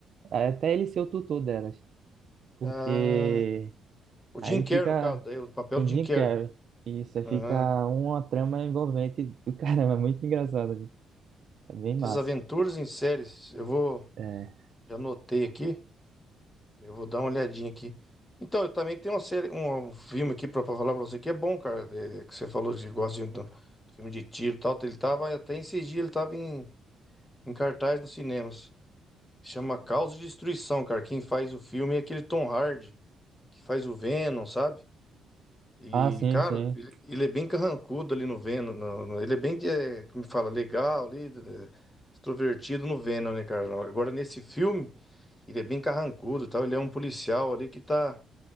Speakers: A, on the right; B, on the left.
A: até ele ser o tutor delas. Porque
B: Ah, o
A: aí
B: Jim
A: ele
B: Carrey,
A: fica
B: no caso, daí, o papel
A: com
B: do
A: o
B: Jim
A: Jim
B: Carrey.
A: Carrey. Isso, aí
B: Ah,
A: fica uma trama envolvente do <laughs> caramba, é muito engraçado. É bem massa.
B: Desaventuras em séries. Eu vou.
A: É.
B: Já anotei aqui. Eu vou dar uma olhadinha aqui. Então, eu também tenho uma série, um um filme aqui pra pra falar pra você que é bom, cara. é, é, que você falou de gosta de, do, do filme de tiro e tal. Ele tava até esses dias, ele tava em, em cartaz nos cinemas. Chama Caos e Destruição, cara. Quem faz o filme é aquele Tom Hardy, que faz o Venom, sabe? E,
A: Ah, sim,
B: cara,
A: sim.
B: ele, ele é bem carrancudo ali no Venom. no- no- ele é bem, é, como fala, legal ali, é, extrovertido no Venom, né, cara? Agora, nesse filme, ele é bem carrancudo e tal. Ele é um policial ali que tá.